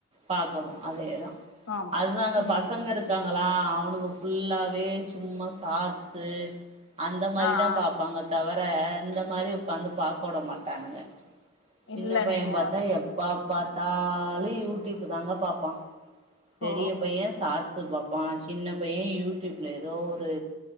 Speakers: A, on the right (about 30°); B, on the left (about 60°).
A: பாக்கணும் அதேதான்
B: ஆமா
A: அதுதாங்க
B: ம்
A: பசங்க இருக்காங்களா அவனுக ஃபுல்லாவே சும்மா ஷாட்ஸு அந்த மாரிதான்
B: ஆ ஆ
A: பாப்பாங்க தவர த இந்த மாரி உட்காந்து பாக்க வுட மாட்டானுக சின்ன
B: இல்ல
A: பையன்
B: நீங்க
A: பாத்தா எப்பா பாத் தாலு யூடியூப் தாங்க பாப்பான் பெரிய
B: ஓ
A: பையன் ஷாட்ஸ் பாப்பான் சின்ன பையன் யூடியூப்ல ஏதோ ஒரு